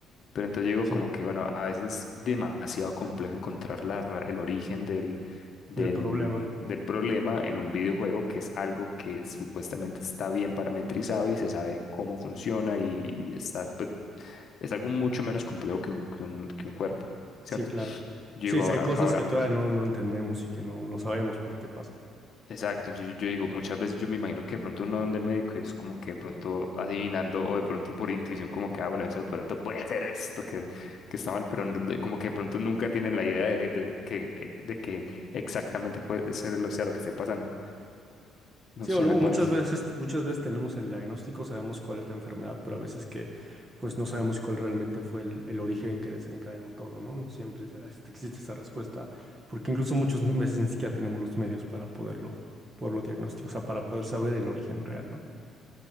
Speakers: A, on the left (about 40°); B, on the right (about 15°).
A: Pero entonces yo digo
B: Sí,
A: como que, bueno, a veces es demasiado complejo encontrar la ra- el origen del, del,
B: del problema.
A: del problema en un videojuego que es algo que supuestamente está bien parametrizado y se sabe cómo funciona y, y está, pues, es algo mucho menos complejo que un, que un, que un cuerpo, ¿cierto?
B: Sí, claro.
A: Yo
B: Sí,
A: digo
B: sí,
A: ahora,
B: hay cosas
A: ahora,
B: que todavía no, no entendemos y que no, no sabemos por qué pasan.
A: Exacto, yo, yo- yo digo, muchas veces yo me imagino que de pronto uno donde el médico es como que de pronto adivinando o de pronto por intuición como que, ah, bueno, eso de pronto puede ser esto que, que está mal, pero no- como que de pronto nunca tienen la idea de, de que, eh, de que exactamente puede ser lo, sea lo que esté pasando. No
B: Sí,
A: sé,
B: o no,
A: me
B: muchas
A: parece.
B: veces, muchas veces tenemos el diagnóstico, sabemos cuál es la enfermedad, pero a veces que pues no sabemos cuál realmente fue el, el origen que desencadenó todo, ¿no? No siempre es- este, existe esa respuesta, porque incluso muchas veces ni siquiera tenemos los medios para poderlo, poderlo diagnosticar, o sea, para poder saber el origen real, ¿no?